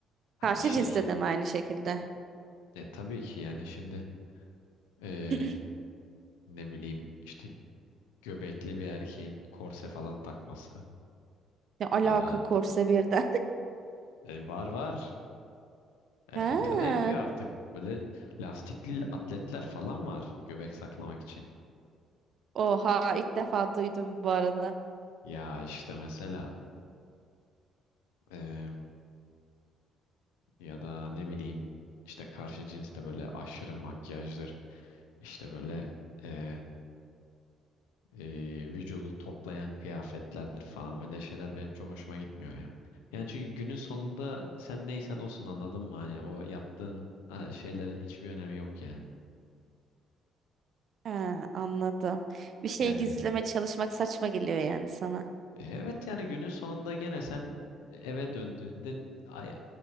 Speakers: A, on the left; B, on the right.
A: Hani
B: Karşı
A: şey,
B: cinste de mi aynı şekilde? <laughs>
A: e, tabii ki yani şimdi e,
B: <clears throat>
A: ne bileyim işte göbekli bir erkeğin korse falan takması
B: Ne alaka
A: ya da
B: korse birden. <laughs>
A: e, var var erkekler
B: Ha.
A: de yapıyor artık. Böyle lastikli atletler falan var göbek saklamak için.
B: Oha ilk defa duydum bu arada.
A: Ya işte mesela. e, Ya da ne bileyim işte karşı cinste böyle aşırı makyajdır. işte böyle e, e, vücudu toplayan kıyafetlerdir falan. Öyle şeyler benim çok hoşuma gitmiyor ya. Yani çünkü günün sonunda sen neysen olsun anladın mı? Hani o yaptığın ha, şeylerin hiçbir önemi yok yani.
B: Ha, anladım. Bir şey
A: Yani
B: gizleme çalışmak saçma geliyor yani sana.
A: e, evet yani günün sonunda gene sen eve döndüğünde ay-